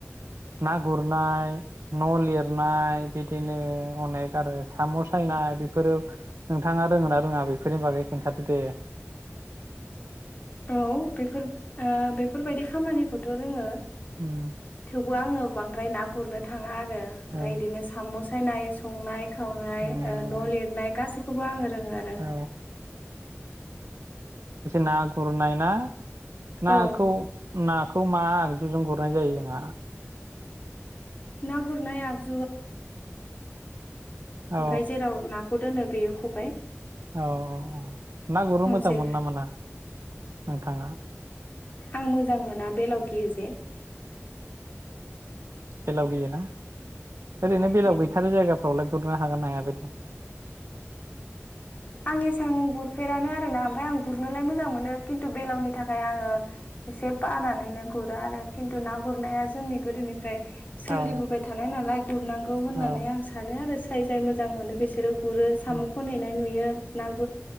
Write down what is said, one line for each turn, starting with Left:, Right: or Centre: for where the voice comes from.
Right: ना गुरनाय न' लिरनाय बिदिनो अनेक आरो साम' सायनाय बेफोरो नोंथाङा रोङो ना रोङा बेफोरनि बागै खिन्थादो दे।
Left: औ बेफोर ओ बेफोरबायदि खामानिखौथ' रोङो
Right: उम
Left: थेवबो आङो बांद्राय ना गुरनो थाङा आरो ओमफ्राय
Right: औ
Left: बिदिनो साम' सायनाय संनाय खावनाय
Right: उम
Left: न' लिरनाय गासैखौबो आङो रोङो आरो।
Right: औ ना गुरनायना? नाखौ
Left: औ
Right: ना खौ मा आगजुजों गुरनाय जायो जोंहा।
Left: ना गुरनाय आगजु
Right: औ
Left: ओमफ्राय जेराव नाखौ दोनो बेयो खबाइ
Right: औ ना गुरनो मोजां
Left: जे
Right: मोनो नामा ना नोंथाङा?
Left: आं मोजां मोना बेलाव गियो जे
Right: बेलाव गियोना? ओरैनो
Left: नंगौ
Right: गैथारै जायगाफ्राव फ्रावलाय‌ गुरनो हागोन ना हायाबायदि?
Left: आं एसां गुरफेरानो आर ना ओमफ्राय आं गुरनोलाय मोजां मोनो खिन्थु बेलावनि थाखाय आङो एसे बानानैनो गुरो आरो खिन्थु ना गुरनाया जोंनि गोदोनिफ्राय सोलिबोबाय
Right: औ
Left: थानाय नालाय गुरनांगौ होननानै
Right: औ
Left: आं सानो आरो। जाय जाय मोजां मोनो बिसोरो गुरो साम'खौ
Right: उम
Left: खननैनाय नुयो। ना गुरनाय